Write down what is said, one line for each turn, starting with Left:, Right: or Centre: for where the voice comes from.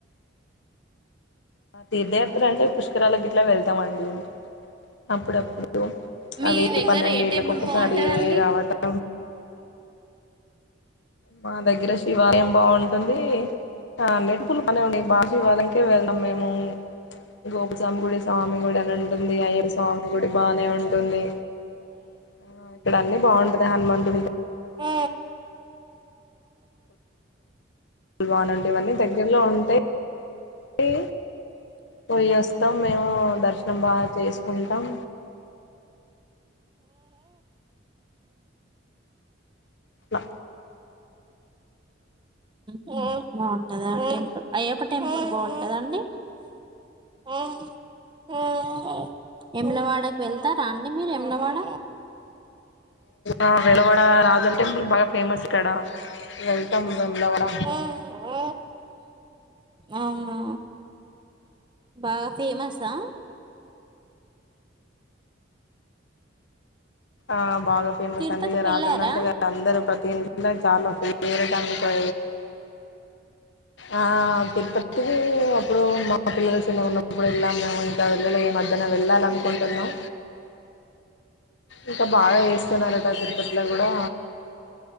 Left: <unintelligible> పుష్కరాలకు ఇలా వెళ్తామండి <inaudible> అప్పుడప్పుడు
Right: మీ
Left: అవి
Right: దగ్గర
Left: పన్నెండేళ్ళకి
Right: ఏ టెంపుల్
Left: ఒకసారి
Right: బాగుంటాదండి.
Left: రావటం మా దగ్గర శివాలయం బాగుంటుంది <unintelligible> శివాలయం కే వెళ్ళాం మేము గోపుస్వామి గుడి స్వామి గుడి అని ఉంటుంది అయ్యో స్వామి గుడి బానే ఉంటుంది ఆ ఇక్కడ అన్ని బాగుంటద. చ <inaudible>
Right: ఆ
Left: పల్వాన్ ఉంటే ఇవన్నీ దగ్గరలో ఉంటేయి పోయి వస్తాం మేము దర్శనం బాగా చేసుకుంటాం. నా
Right: బాగుంటదా టెంపుల్ అయ్యప్ప టెంపుల్ బాగు కదండి ఆ ఎములవాడకి వెళ్తారా అండి మీరు ఎములవాడ
Left: ఆ వెలవడ రాజన్ టెంపుల్ బాగా ఫేమస్ ఇక్కడ వెళ్తాం వెములవాడ
Right: హుహు అవునా బాగా ఫేమసా
Left: ఆ బాగా ఫేమస్
Right: తిరుపతికి
Left: అంటే ఇ రాజన్న
Right: వెళ్ళారా
Left: అంటే అందరరు ప్రతింటి. ఇలా చాలా సేరడానినికి. ఆ తిరుపతి అప్పుడు మా మా పిల్లల చిన్నగా ఉన్నప్పుడు ఎల్లా మేము ఇంకా వెళ్ళలో ఏ మధ్యన వెళ్ళాలనుకుంటున్నాం. ఇంకా బాగా ఏ చనాలది అట్లా కూడా